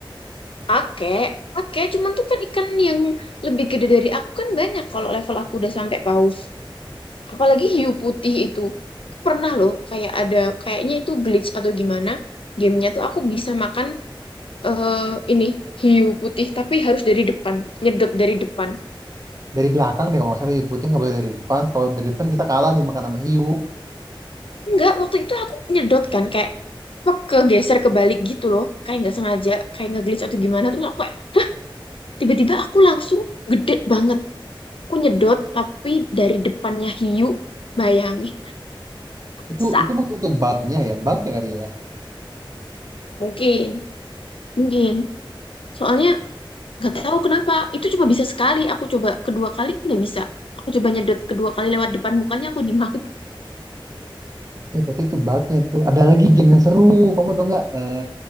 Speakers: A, on the left; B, on the right.
A: pakai pakai cuman tuh kan ikan yang lebih gede dari aku kan banyak kalau level aku udah sampai paus apalagi hiu putih itu aku pernah loh kayak ada kayaknya itu glitch atau gimana gamenya tuh aku bisa makan eh ini hiu putih tapi harus dari depan nyedot dari depan
B: dari belakang deh kalau nggak salah hiu putih nggak boleh dari depan kalau dari depan kita kalah dimakan sama hiu
A: enggak waktu itu aku nyedot kan kayak apa, kegeser kebalik gitu loh kayak nggak sengaja kayak nge-glitch atau gimana terus aku kayak hah, tiba-tiba aku langsung gede banget Aku nyedot tapi dari depannya hiu bayangin.
B: itu
A: Sa,
B: itu masih itu bugnya ya bugnya kali ya
A: mungkin, mungkin. Soalnya nggak tahu kenapa itu cuma bisa sekali. Aku coba kedua kali nggak bisa. Aku coba nyedot kedua kali lewat depan mukanya aku dimaki
B: eh berarti itu bugnya tuh ada lagi game yang seru kamu tau nggak Eh,